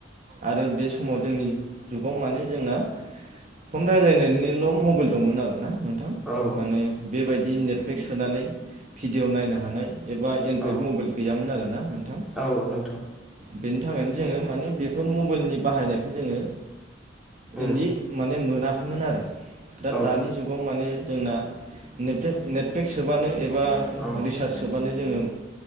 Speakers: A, on the right; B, in the centre.
A: आरो बे समाव जोंनि जुगाव माने जोंना फन रायज्लायनायनिल मबाइल दंमोन आरोना नोंथां
B: औ
A: माने बेबायदि नेटफ्लिक्स होनानै भिडिअ नायनो हानाय एबा बिदि
B: औ
A: मबाइल गैयामोन आर ना नोंथां।
B: औ नोंथां
A: बेनि थाखायनो जोङो मानिे बेफोर मबाइलनि बाहायनायखौ जोङो
B: उम
A: इदि माने मोनाखैमोन आरो दा
B: औ
A: दानि जुगाव माने जोंना ने नेटफ्लिकस सोबानो एबा
B: औ
A: रिसार्ज सोबानो जोङो